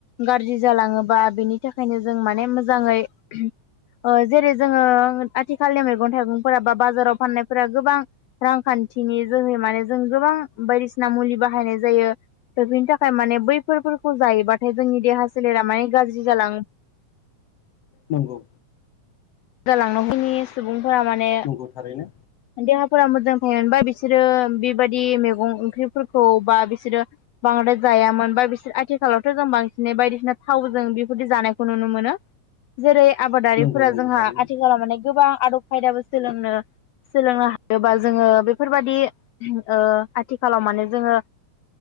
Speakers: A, on the left; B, on the left.
A: गाज्रि जालाङोबा बिनि थाखायनो जों माने मोजाङै ओ जेरै जोङो आथिखालनि मैगं थाइगंफोरा बा बाजाराव फाननायफोरा गोबां रांखान्थि नि जोहै माने जों गोबां बायदिसिना मुलि बाहायनाय जायो। दा बेनि थाखाय माने बैफोरखौ जायोबाथाय जोंनि देहा सोलेरा माने गाज्रि जालां
B: नंगौ।
A: जालांनोखैनि सुबुंफोरा माने
B: नंगौ थारैनो
A: देहा मोजांयोनबा बिसोरो बेबायदि मैगं ओंख्रिफोरखौ बा बिसोरो बांद्राय जा जायामोन बा बिसोर आथिखालावथ' जों बांसिनै बायदिसिना थावजों बेफोरदि जानायखौ नुनो मोनो। जेरै आबादारिफोरा
B: नंगौ नंगौ
A: जोंहा
B: थारैनो
A: आथिखालाव माने गोबां आदब खायदाबो सोलोंनो सोलोंनो हायोबा जोङो बेफोरबायदि ओ आथिखालाव माने जोङो